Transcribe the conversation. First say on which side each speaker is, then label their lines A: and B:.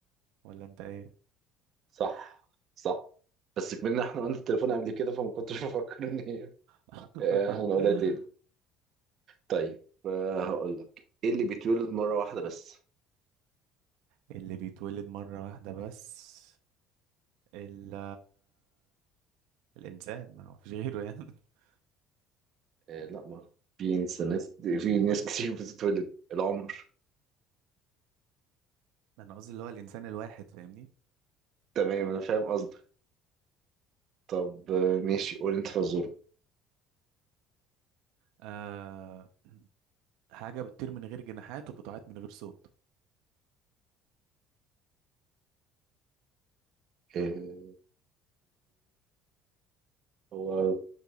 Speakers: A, on the right (about 85°); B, on the right (about 45°).
A: ولا أنت إيه
B: صح صح بس كمان احنا قلنا التليفون قبل كده فما كنتش <laughs> بفكر ان هي
A: <laughs>
B: آه، هنقولها تاني طيب آه، هقول لك ايه اللي بيتولد مرة واحدة بس
A: اللي بيتولد مرة واحدة بس ال الإنسان ما هو فيش غيره يعني <laughs>
B: آه، لا مرة في ناس ناس- في ناس كتير بتتولد العمر
A: أنا قصدي اللي هو الإنسان الواحد فاهمني
B: تمام انا فاهم قصدك طب آه، ماشي قول انت فزورة
A: آه حاجة بتطير من غير جناحات وبتعيط من غير صوت
B: آه، هو